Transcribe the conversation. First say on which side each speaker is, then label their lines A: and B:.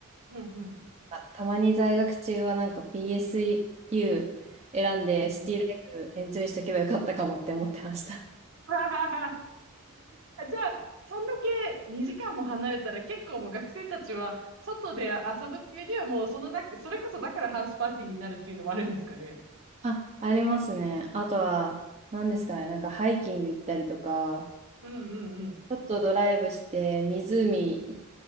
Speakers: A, on the right; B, on the right.
A: うんうん、
B: あたまに在学中はなんか PSU 選んでシティライフエンジョイしとけばよかったかもって思ってました。
A: うんうん。<laughs> あじゃあ、そんだけ2時間も離れたら結構もう学生たちは外で遊ぶっていうよりはもうそのな、それこそだからハウスパーティーになるっていうのもあるんですかね。
B: あ、ありますね。あとは、何ですかね、なんかハイキング行ったりとか、
A: うんうん
B: ちょっとドライブして、湖い